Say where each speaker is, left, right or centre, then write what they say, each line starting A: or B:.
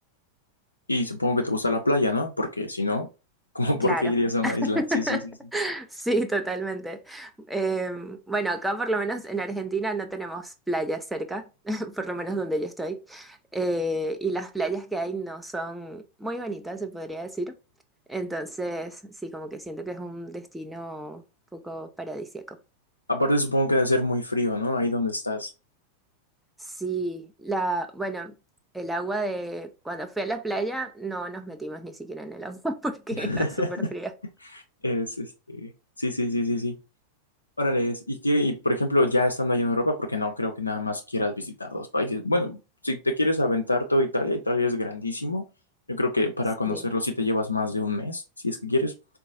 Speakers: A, on the left; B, in the centre.
A: y supongo que te gusta la playa, ¿no? Porque si no, <laughs> como
B: Claro.
A: por qué irías a una isla?
B: <laughs>
A: Sí, sí, sí, sí.
B: Sí, totalmente. Eh, bueno, acá por lo menos en Argentina no tenemos playas cerca, <laughs> por lo menos donde yo estoy. Eh, y las playas que hay no son muy bonitas, se podría decir. Entonces, sí, como que siento que es un destino un poco paradisíaco.
A: Aparte supongo que debe ser muy frío, ¿no? Ahí donde estás.
B: Sí, la, bueno, el agua de cuando fui a la playa no nos metimos ni siquiera en el agua <laughs> porque
A: <laughs>
B: era súper fría.
A: Es este. Sí, sí, sí, sí, sí. Órale, es- ¿y qué? Y por ejemplo, ya estando allá en Europa, porque no creo que nada más quieras visitar dos países. Bueno, si te quieres aventar todo Italia, Italia es grandísimo. Yo creo que para
B: Sí.
A: conocerlo sí te llevas más de un mes, si es que quieres.